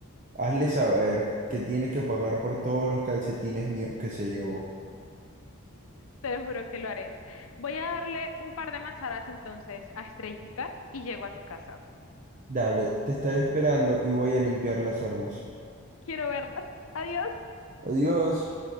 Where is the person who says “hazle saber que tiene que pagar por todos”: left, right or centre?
Right